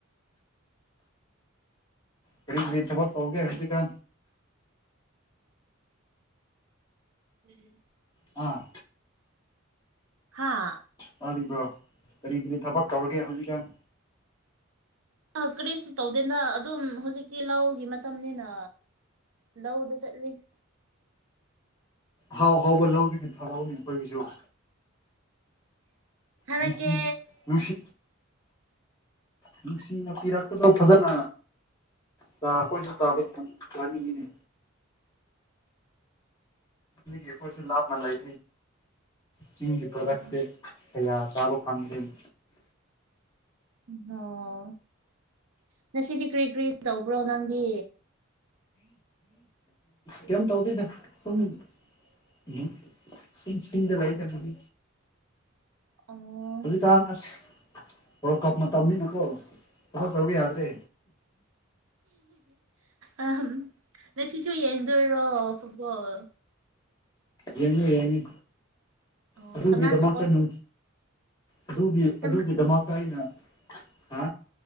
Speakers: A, on the left; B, on the right.
A: ꯀꯔꯤ ꯀꯔꯤ ꯊꯕꯛ ꯇꯧꯒꯦ ꯍꯧꯖꯤꯛꯀ
B: ꯎꯝ
A: ꯑꯥ
B: ꯍꯥꯥ
A: ꯃꯥꯔꯤꯕ꯭ꯔꯣ ꯀꯔꯤ ꯀꯔꯤ ꯊꯕꯛ ꯇꯧꯔꯒꯦ ꯍꯧꯖꯤꯛꯀꯥꯟ
B: ꯑ ꯀꯔꯤꯁꯨ ꯇꯧꯗꯦꯗ ꯑꯗꯨꯝ ꯍꯧꯖꯤꯛꯇꯤ ꯂꯒꯤ ꯃꯇꯝꯅꯤꯅ ꯂꯧꯗ ꯆꯠꯂꯤ
A: ꯍꯥꯎ ꯍꯥꯎꯕ ꯂꯧꯗꯨꯒꯤ ꯊꯥꯔꯎꯅꯤ ꯑꯩꯈꯣꯏꯒꯤꯁꯨ
B: ꯑꯗꯨꯗ
A: ꯅꯨꯡꯁꯤ
B: ꯀꯦ
A: ꯅꯨꯡꯁꯤ ꯅꯨꯡꯁꯤꯅ ꯄꯤꯔꯛꯄꯗꯣ ꯐꯖꯅ ꯆꯥ ꯑꯩꯈꯣꯏꯁꯨ ꯆꯥꯕ ꯆꯥꯅꯤꯡꯉꯤꯅꯦ ꯌ ꯀꯣꯏꯁꯨ ꯂꯥ ꯃ ꯂꯩ ꯆꯤꯡꯒꯤ ꯄ꯭ꯔꯗꯛꯁꯦ
B: ꯑꯣ
A: ꯀꯌꯥ ꯆꯥꯕ ꯐꯪꯗꯦꯅ
B: ꯎ ꯑꯣꯣ ꯉꯁꯤꯗꯤ ꯀꯔꯤ ꯀꯔꯤ ꯇꯧꯕ꯭ꯔꯣ ꯅꯪꯗꯤ
A: ꯀꯩꯝ ꯇꯧꯗꯣꯏꯗ ꯁꯨꯝ ꯎꯝ ꯁꯤ ꯁꯗ ꯂꯩꯗꯒꯤ
B: ꯑꯣ
A: ꯍꯧꯖꯤꯛꯀꯥꯟꯅ ꯑꯁꯂ ꯀꯞꯅ ꯇꯝꯃꯤꯅꯀꯣ ꯀ ꯇꯧꯕ ꯌꯥꯗ꯭ꯔꯦ
B: ꯑ ꯉꯁꯤꯁꯨ ꯌꯦꯡꯗꯣꯏꯔꯣ ꯐꯨꯠꯕꯣꯜ
A: ꯌꯦꯡꯉ ꯌꯦꯡꯉꯤ
B: ꯑꯣ
A: ꯑꯗꯨꯒꯤꯗꯃꯛꯇꯅ
B: ꯀꯅꯥ ꯁꯞꯄꯣꯔꯠ
A: ꯑꯗꯨꯒꯤ
B: ꯀꯅꯥ
A: ꯑꯗꯨꯒꯤꯗꯃꯛꯇ ꯑꯩꯅ ꯍꯥ